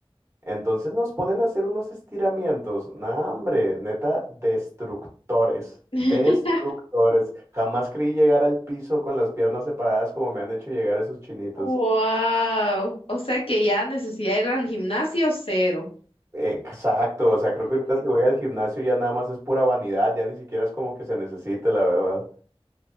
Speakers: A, on the right (about 25°); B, on the left (about 70°).
A: Entonces nos ponen a hacer unos estiramientos. Nah, hombre, neta, destructores.
B: <laughs>
A: Destructores. Jamás creí llegar al piso con las piernas separadas como me han hecho llegar esos chinitos.
B: Wow, o sea que ya necesidad de ir al gimnasio cero.
A: Exacto, o sea, creo que ahorita si voy al gimnasio ya nada más es pura vanidad, ya ni siquiera es como que se necesite, la verdad.